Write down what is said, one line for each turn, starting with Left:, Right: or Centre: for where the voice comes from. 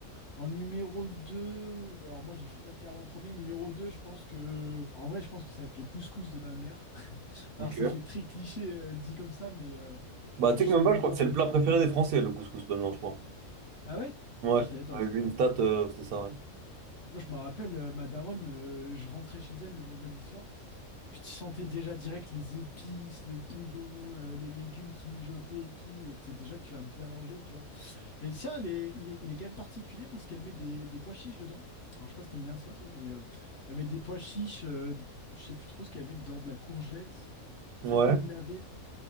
Left: en numéro deux Alors, moi, j'ai fait pas de carbe en premier. Numéro deux je pense que... En vrai, je pense que ça va être le couscous de ma mère. <laughs> Alors,
Right: Ok.
Left: ça fait très cliché euh, dit comme ça, mais, euh,
Right: Bah,
Left: mais
Right: tu
Left: juste
Right: sais que même
Left: l'odeur
Right: pas, je crois que c'est
Left: du
Right: le plat
Left: truc.
Right: préféré des Français, le couscous, maintenant, je crois.
Left: Ah ouais?
Right: Ouais,
Left: Moi, je savais pas.
Right: j'avais vu une stat, euh, c'était ça, ouais.
Left: Moi, je me rappelle, euh, ma daronne, euh, je rentrais chez elle le vendredi soir, puis tu sentais déjà direct les épices, le bouillon, euh, les légumes qui mijotaient et tout. euh, Tu sais déjà que tu as bien mangé, tu vois. Et tiens, sien, il est, il est, il est quand même particulier parce qu'elle met des, des pois chiches dedans. Alors, je sais pas si t'aimes bien ça, toi, mais euh, elle met des pois chiches, euh, je sais plus trop ce qu'elle met dedans, de la courgette,
Right: Ouais,
Left: peut-être des navets.